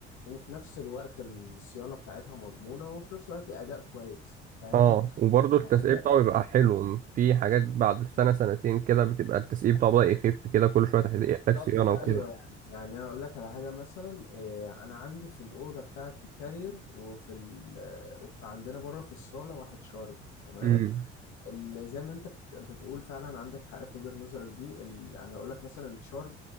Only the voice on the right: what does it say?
اه وبرضه التسقية
بتاعه بيبقى حلو في حاجات بعد سنة سنتين كده بتبقى التسقية بتاعه بدأ يخف كده كل شوية تحت-
يحتاج صيانة وكده
امم